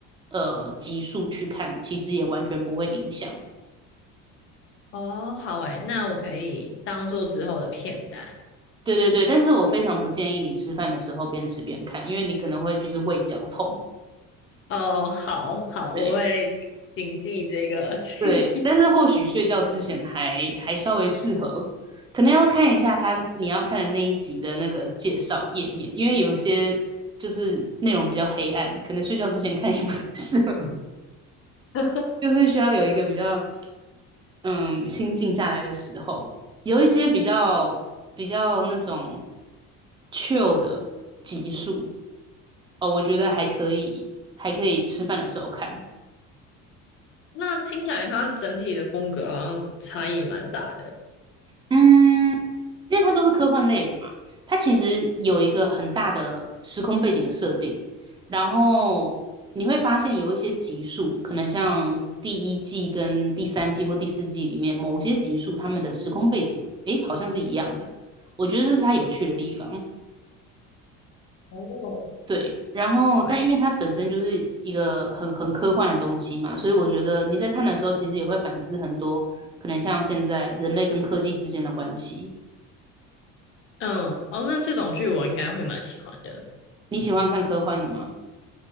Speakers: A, on the right (about 15°); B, on the left (about 40°).
A: 呃集数去看，其实也完全不会影响。
B: <laughs> 哦，好诶，那我可以当做之后的片单。
A: 对对对，但是我非常不建议你吃饭的时候边吃边看，因为你可能会就是胃绞痛。
B: 哦，好好，我会谨记这个
A: 对。
B: <laughs> 建议。
A: 对，但是或许睡觉之前还还稍微适合，可能要看一下他你要看的那一集的那个介绍页面，因为有些就是内容比较黑暗，可能睡觉之前看也不太适合，
B: <laughs>
A: 就是需要有一个比较嗯心静下来的时候，有一些比较比较那种 chill 的集数哦，我觉得还可以，还可以吃饭的时候看，
B: 那听起来它整体的风格好像差异蛮大的。
A: 嗯，因为它都是科幻类的嘛，它其实有一个很大的时空背景的设定，然后你会发现有一些集数，可能像第一季跟第三季或第四季里面某些集数，他们的时空背景，诶，好像是一样的，我觉得这是它有趣的地方。
B: 哦，
A: 对，然后但因为它本身就是一个很很科幻的东西嘛，
B: 对，
A: 所以我觉得你在看的时候，其实也会反思很多，可能像现在人类跟科技之间的关系。
B: 嗯，哦，那这种剧我应该会蛮喜欢的。
A: 你喜欢看科幻的吗？